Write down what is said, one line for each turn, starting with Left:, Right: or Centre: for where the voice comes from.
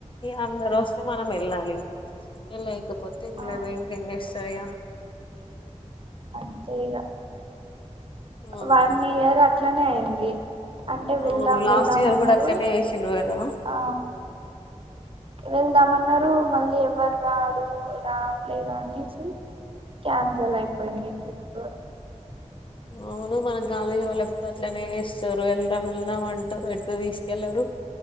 Left: ఇక అందరు వస్తే మనం వెళ్ళాలి ఏ లేకపోతే ఏం
Right: ఆ
Left: లేదు ఇంకేం చేస్తారు ఇగ
Right: అంతే ఇగ
Left: ఇగ
Right: వన్ ఇయర్ అట్లనే అయింది అంటే వెళ్దాం
Left: అవును లాస్ట్
Right: వెళ్దాం
Left: ఇయర్
Right: అన్నారు
Left: కూడా అట్లనే చేసిండ్రు కదా
Right: ఆ వెళ్దాం అన్నారు మళ్ళీ ఎవ్వరు రారు రావట్లేదు అనేసి క్యాన్సల్ అయిపోయింది ట్రిప్పు
Left: అవును మన కాలేజీ వాళ్ళు ఎప్పుడు అట్లనే చేస్తారు వెళ్దాం వెళ్దాం అంటారు ఎటు తీసుకెళ్లరు